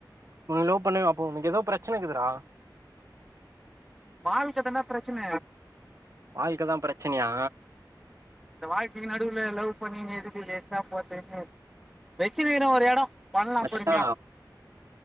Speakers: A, on the right; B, in the centre.
A: ம் லவ் பண்ணே அப்ப உனக்கு எதோ பிரச்சன இருக்குதுறா
B: வாழ்க்க தான்டா பிரச்சன
A: வாழ்க்க தா பிரச்சனையா
B: இந்த வாழ்க்கைக்கு நடுவுல லவ் பண்ணினு எதுக்கு வேஸ்ட்டா போர்துகுனு வெச்சுன்னு இருக்க ஒரு எட பண்லா
A: மச்சா
B: பொறுமையா